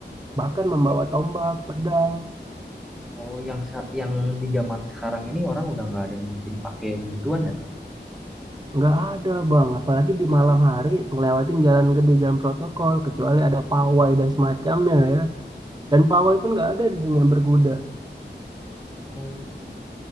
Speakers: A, on the right (about 25°); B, in the centre.
A: bahkan membawa
B: Oh,
A: tombak, pedang.
B: oh, yang sa- yang di zaman sekarang ini orang udah nggak ada yang mungkin pakai yang gituan ya? Kak?
A: Nggak ada bang, apalagi di malam hari ngelewatin jalan gede, jalan protokol, kecuali ada pawai dan semacamnya ya. Dan pawai pun nggak ada di sini yang berkuda.
B: Oh,